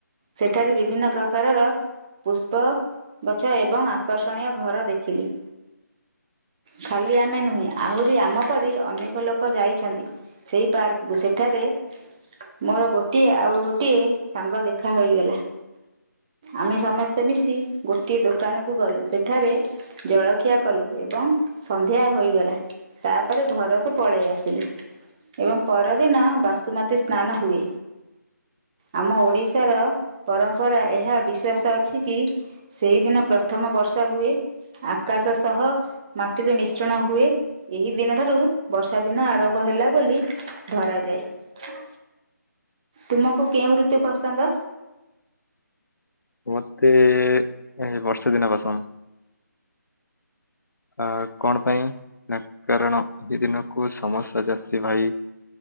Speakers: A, on the right; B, on the left.
A: ସେଠାରେ ବିଭିନ୍ନ ପ୍ରକାରର ପୁଷ୍ପ ଗଛ ଏବଂ ଆକର୍ଷଣୀୟ ଘର ଦେଖିଲି। ଖାଲି ଆମେ ନୁହେଁ ଆହୁରି ଆମ ପରି ଅନେକ ଲୋକ ଯାଇଛନ୍ତି ସେଇ ପାର୍କ। ଏବଂ ସେଠାରେ ମୋର ଗୋଟିଏ, ଆଉ ଗୋଟିଏ ସାଙ୍ଗ ଦେଖା ହୋଇଗଲା। ଆମେ ସମସ୍ତେ ମିଶି ଗୋଟିଏ ଦୋକାନକୁ ଗଲୁ, ସେଠାରେ ଜଳଖିଆ କଲୁ ଏବଂ ସନ୍ଧ୍ୟା ହୋଇଗଲା। ତାପରେ ଘରକୁ ପଳେଇ ଆସିଲି ଏବଂ ପରଦିନ ବାସୁମତୀ ସ୍ନାନ ହୁଏ। ଆମ ଓଡ଼ିଶାର ପରମ୍ପରା ଏହା ବିଶ୍ୱାସ ଅଛି କି ସେଇଦିନ ପ୍ରଥମ ବର୍ଷା ହୁଏ, ଆକାଶ ସହ ମାଟିରେ ମିଶ୍ରଣ ହୁଏ, ଏହି ଦିନ ଠାରୁ ବର୍ଷା ଦିନ ଆରମ୍ଭ ହେଲା ବୋଲି ଧର ଯାଏ, ତୁମକୁ କେଉଁ ଋତୁ ପସନ୍ଦ?
B: ମତେ ଏ ବର୍ଷେ ଦିନ ପସନ୍ଦ। ଅ କଣ ପାଇଁ ନା କାରଣ ଏହି ଦିନକୁ ସମସ୍ତ ଚାଷୀ ଭାଇ